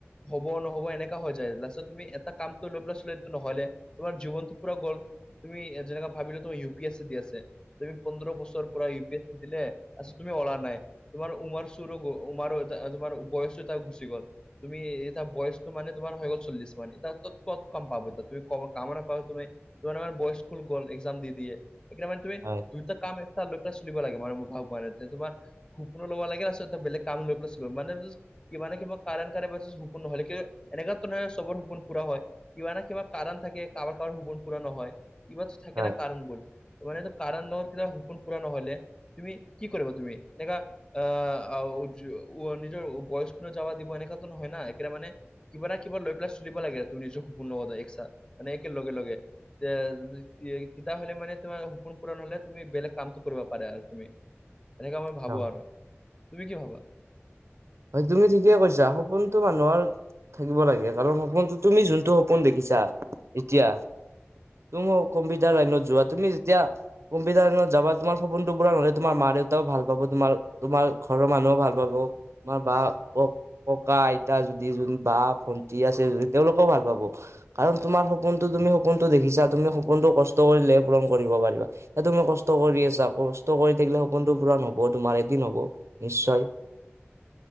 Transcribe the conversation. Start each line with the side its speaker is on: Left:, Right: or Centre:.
Left: হব নহব এনেক এনেকুৱা হৈ যায়। লাষ্টত তুমি এটা কামটো লৈ পেলাই, নহ'লে। তোমাৰ জীৱনটো পূৰা গৰ তুমি যেনেকা ভাবিলা তোমাৰ! ইউ পি এছি দি আছে, তুমি পোন্ধৰ বছৰ পূৰা ইউ পি এছ দিলে, পাছত তুমি ওলোৱা নাই। তোমাৰ উমাৰ চুৰো, উমাৰো তোমাৰ, বয়সো তাত গুচি গ'ল, তুমি এতিয়া বয়স, মানে, তোমাৰ হৈ গ'ল চল্লিশ মান, এতিয়া ক'ত কম পাব এতিয়া তুমি, কম কাম নাপাবা তুমি। তোমাৰ মানে বয়স খুল গ'ল, এক্সাম দি দিয়ে, এইকিটা মানে তুমি,
Right: হয়
Left: দুইটা কাম <unintelligible> লৈ পেলাই চলিব লাগে <unintelligible> পোৱা নাই যে তোমাৰ। সপোনো ল'ব লাগে, আচলতে, বেলেগ কাম লৈ পেলাই চলোঁ। <unintelligible> কি মানে কিবা, <unintelligible> নহ'লে। কিন্তু, এনেকাতো নহয়, চবৰ সপোন পূৰা হয়, কিবা না কিবা কাৰণ থাকে, কাৰোবাৰ-কাৰোবাৰ সপোন পূৰা নহয়। কিবা এটা থাকে
Right: হয়
Left: ন' কাৰণবোৰ, মানে এইটো কাৰণ <unintelligible> সপোন পূৰা নহ'লে। তুমি কি কৰিবা তুমি, দেখা? অ'! আৰু নিজৰ বয়স <unintelligible> যাৱ দিব, এনেকটো নহয় নাম। একেইটা মানে, কিবা না কিবা লৈ পেলাই, চলিব লাগে আৰু। তোৰ নিজৰ সপোন লগতে এক্সাত, মানে একে লগে-লগে। এতিয়া যদি, কি হয়, তেতিয়াহ'লে মানে তোমাৰ, সপোন পূণৰ হ'লে, তুমি বেলেগ কামটো কৰিব পাৰে আৰু তুমি। এনেকা মই ভাবো
Right: হয়
Left: আৰু! তুমি কি ভাবা?
Right: হয়, তুমি ঠিকে কৈছা! সপোনটো মানুহৰ থাকিব লাগে। কাৰণ সপোনটো, তুমি যোনটো সপোন দেখিছা, এতিয়া। তুমি কম্পিউটাৰ লাইনত যোৱা, তুমি যেতিয়া, কম্পিতাৰ লাইনত যাবা! তোমাৰ সপোনটো পূৰণ হ'লে, তোমাৰ মা-দেউতাও ভাল পাব, তোমাৰ। তোমাৰ, ঘৰৰ মানুহো ভাল পাব। তোমাৰ বা, ককা-আইতা যদি, যোন বা ভন্টি আছে যদি, তেওঁলোকেও ভাল পাব। কাৰণ, তোমাৰ সপোনটো তুমি সপোনটো দেখিছা! তুমি সপোনটো কষ্ট কৰিলেহে, পূৰণ কৰিব পাৰিবা। এ, তুমি কষ্ট কৰি আছা! কষ্ট কৰি থাকিলে, সপোনটো পূৰণ হ'ব তোমাৰ, এদিন হ'ব নিশ্চয়।